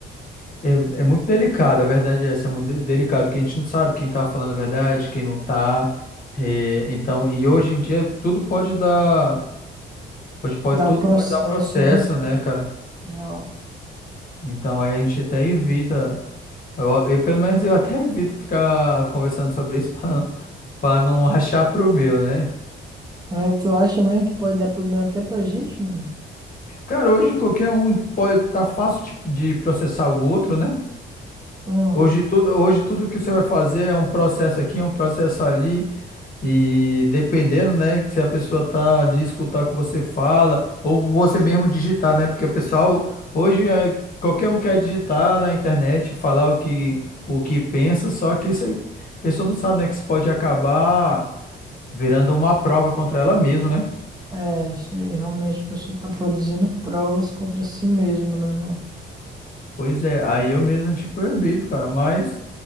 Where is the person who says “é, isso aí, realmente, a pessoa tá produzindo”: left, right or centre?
Right